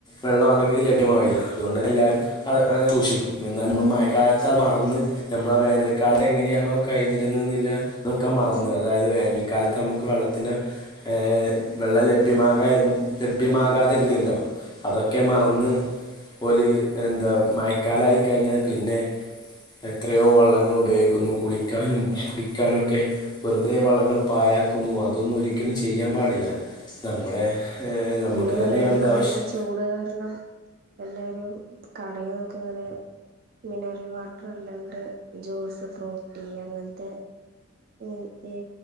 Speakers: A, on the left; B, on the right.
A: വെള്ളം അത്രയ്ക്ക് ലഭ്യമാവില്ല അതുകൊണ്ടു തന്നെ എല്ലാരും അത് അങ് സൂക്ഷിക്കും. എന്നാൽ നമ്മൾ മഴക്കാലത്ത് ത്തത് മറന്ന് നമ്മളാ വേനൽക്കാലങ്ങനെയാണോ കഴിഞ്ഞിരുന്ന്ന്നില്ലേ തൊക്കെ മറന്ന് അതായത് വേനൽ കാലത്ത് നമുക്ക് വെള്ളത്തിന് ഏഹ് വെള്ളം ലഭ്യമാകാരന്ന് ലഭ്യമാകാതിരുന്ന്ല്ലോ. അതൊക്കെ മറന്ന് ഓല് എന്താ മയക്കാലായിക്കഴിഞ്ഞാൽ പിന്നെ എത്രയോ വള്ളങ്ങൾ ഉപയോഗിക്കുന്നു കുളിക്കാനും കുടിക്കാനു ഒക്കെ. വെറുതെ വള്ളങ്ങൾ പായാക്കുന്നു. അതൊന്നു ഒരിക്കലും ചെയ്യാൻ പാടില്ല നമ്മുടെ ഏഹ് നമ്മക്ക്
B: പിന്നെ
A: തന്നെയാണിതാവശ്യം.
B: വേനൽക്കാലത്തെ ചൂട് കാരണം എല്ലാരും കടയിന്നൊക്കിങ്ങനെ മിനറൽ വാട്ടർ അല്ലാണ്ട് ജ്യൂസ് ഫ്രൂട്ടീ അങ്ങൻത്തെ മ് ഈ